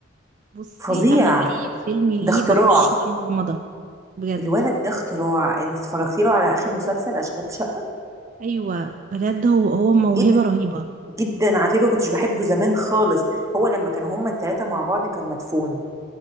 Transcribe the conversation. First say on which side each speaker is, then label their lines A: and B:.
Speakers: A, on the right; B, on the right.
A: بصي
B: فظيع
A: انا اي فيلم ليه
B: ده اختراع
A: بخش مغمضه بجد
B: الولد ده اختراع انت اتفرجتي له على اخر مسلسل اشغال شقه
A: ايوه بجد هو هو موهبه
B: ايه ده
A: رهيبه
B: جدا على فكره كنتش بحبه زمان خالص هو لما كانوا هما التلاته مع بعض كان مدفون